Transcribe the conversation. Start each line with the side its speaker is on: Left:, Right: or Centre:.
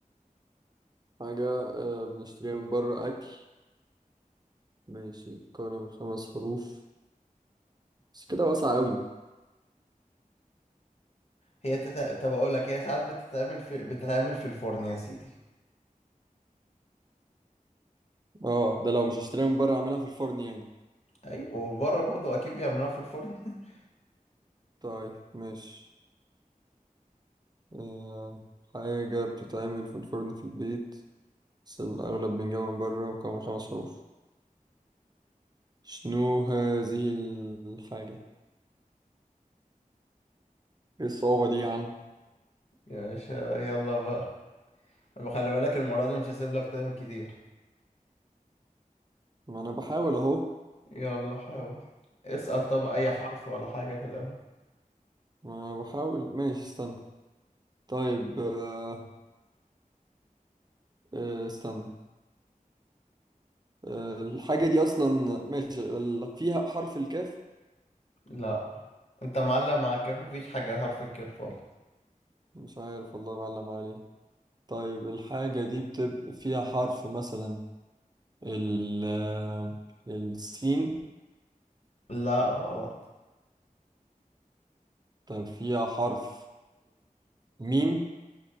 Right: حاجة آه، بنشتريها من بره أكل ماشي مكونة من خمس حروف بس كده واسعة أوي
Left: هي تتا... طب أقول لك هي ساعات بتتعمل في بتتعمل في الفرن يا سيدي
Right: اه ده لو مش هشتريها من بره أعملها في الفرن يعني
Left: أيوة وبره برضو أكيد بيعملوها في الفرن <laughs>
Right: طيب ماشي آه، حاجة بتتعمل في الفرن في البيت بس الأغلب بنجاوب من بره وكمان من خمس حروف شنو هذه الحاجة؟ إيه الصعوبة دي يا عم؟
Left: يا باشا يلا بقى طب خلي بالك المرة دي مش هسيب لك تايم كتير
Right: ما أنا بحاول أهو
Left: يلا حاول اسأل طب أي حرف ولا حاجة في الأول
Right: ما أنا بحاول ماشي استنى طيب آه، آه، استنى آه، الحاجة دي أصلا ماشي ال- فيها حرف الكاف؟
Left: لا أنت معلق معاك مفيش حاجة حرف الكاف خالص
Right: مش عارف والله معلم عليه طيب الحاجة دي بتبقى فيها حرف مثلا ال آه، السين
Left: لا غلط
Right: طيب فيها حرف الميم